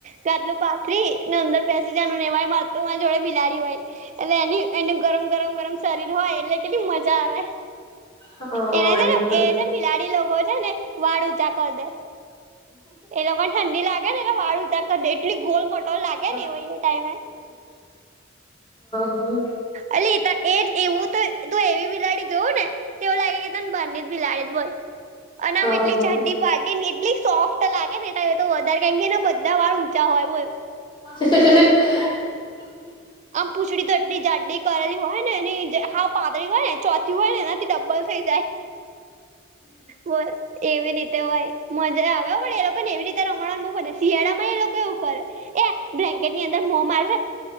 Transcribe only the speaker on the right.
ગાદલું પાથરી ને અંદર બેસી જનું ને એરી માર મારી જોડે બિલાડી હોય. એટલે એની એનું ગરમ ગરમ ગરમ શરીર હોય એટલે કેટલી મજા આવે.
એના છે ને
એ છે ને બિલાડી લોકો છે ને વાળ ઊંચા કરી દે. એ લોકોને ઠંડી લાગે ને એટલે વાળું ત્યા કરી દે એટલી ગોલ મોટો લાગે
ને એવા ટાઈમે
અ એ એવું તો તું એવી બિલાડી જોવું ને એવું લાગે કે તને બને બિલાડી જ બોલ અને
આમ એટલી
જાડી વાડીને એટલી સોફ્ટ લાગે ને એ ટાઈમે તો વધારે કારણ કે એના બધા વાળ ઊંચા હોય બોલ.
આમ પૂંછડી તટલી જાડડી કરેલી હોય ને એ હ પાતળી હોય ને ચોથી હોય ને એનાથી ડબ્બલ થઈ જાય. બોલ? એવી રીતે હોય મજા આવે પણ એ લોકો ને એવી રીતે રમવાને બહુ મજા શિયાળા માં એ લોકો એવું કરે. બ્લેન્કેટની અંદર મો મારશે